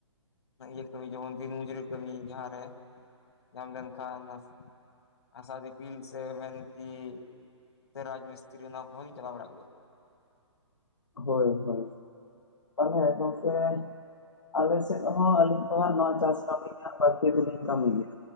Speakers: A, on the left; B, on the left.
A: ᱤᱭᱟᱹ ᱠᱟᱹᱢᱤ ᱡᱮᱢᱚᱱ ᱫᱤᱱ ᱢᱩᱡᱩᱨᱤ ᱠᱟᱹᱢᱤ ᱡᱟᱦᱟᱸᱨᱮ᱾ ᱡᱟᱢ ᱞᱮᱱᱠᱷᱟᱱ <unintelligible> ᱟᱥᱟ ᱫᱤᱯᱤᱞᱥ ᱥᱮ ᱢᱮᱱᱠᱤ ᱥᱮ ᱨᱟᱡᱽ ᱢᱤᱥᱛᱨᱤ ᱚᱱᱟ ᱠᱚᱦᱚᱸ ᱤᱧ ᱪᱟᱞᱟᱣ ᱵᱟᱲᱟᱜ ᱜᱮᱭᱟ᱾
B: ᱦᱳᱭ ᱦᱳᱭ ᱛᱟᱦᱚᱞᱮ ᱜᱚᱝᱠᱮᱼᱼ ᱟᱞᱮ ᱥᱮᱫ ᱦᱚᱸ ᱟᱹᱞᱤᱧ ᱫᱚ ᱦᱟᱸᱜ ᱱᱚᱣᱟ ᱪᱟᱹᱥ ᱠᱟᱹᱢᱤ ᱨᱮᱱᱟᱜ ᱵᱟᱹᱲᱛᱤ ᱫᱚᱞᱤᱧ ᱠᱟᱹᱢᱤ ᱜᱮᱭᱟ᱾